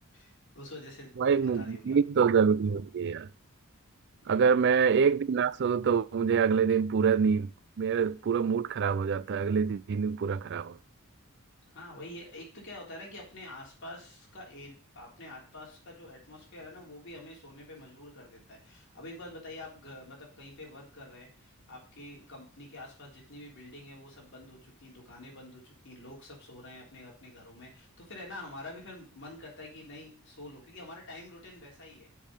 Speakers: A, on the left (about 55°); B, on the right (about 50°).
A: <laughs> उस वजह से
B: भाई
A: दिक्कत
B: मु-
A: आ रही होगी
B: नींद
A: आपको
B: तो जरूरी होती है यार
A: बिल्कुल
B: अगर मैं एक दिन ना सोऊं तो मुझे अगले दिन पूरा नींद मेरा पूरा मूड खराब हो जाता है अगले दिन पूरा खराब हो
A: हाँ वही है एक तो क्या होता है ना कि अपने आसपास का एर, अपने आसपास का जो एटमॉस्फेयर है ना वो भी हमें सोने पे मजबूर कर देता है अब एक बात बताइए आप घ- मतलब कहीं पे वर्क कर रहे हैं आपकी कंपनी के आसपास जितनी भी बिल्डिंग है वो सब बंद हो चुकी हैं दुकानें बंद हो चुकी हैं लोग सब सो रहे हैं अपने अपने घरों में तो फिर है ना हमारा भी फिर मन करता है कि नहीं सो लो क्योंकि हमारा टाइम रूटीन वैसा ही है